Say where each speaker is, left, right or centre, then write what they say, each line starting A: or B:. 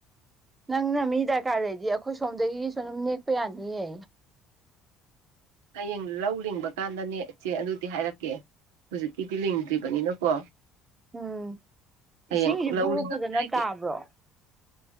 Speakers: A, on the right; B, on the right.
A: ꯅꯪꯅ ꯃꯤ ꯗꯔꯀꯥꯔ ꯂꯩꯗꯤ ꯑꯩꯈꯣꯏ ꯁꯣꯝꯗꯒꯤꯁꯨ ꯑꯗꯨꯝ ꯅꯦꯛꯄ ꯌꯥꯅꯤꯌꯦ
B: ꯍꯌꯦꯡ ꯂꯧ ꯂꯤꯡꯕ ꯀꯥꯟꯗꯅꯦ ꯏꯆꯦ ꯑꯗꯨꯗꯤ ꯍꯥꯏꯔꯛꯀꯦ ꯍꯧꯖꯤꯛꯀꯤꯗꯤ ꯂꯤꯡꯗ꯭ꯔꯤꯕꯅꯤꯅꯀꯣ
A: ꯎꯝ
B: ꯍꯌꯦꯡ
A: ꯏꯁꯤꯡꯁꯤꯕꯨ
B: ꯂꯧ ꯂꯤꯉꯝꯗꯥꯏꯒꯤ
A: ꯐꯖꯅ ꯇꯥꯕ꯭ꯔꯣ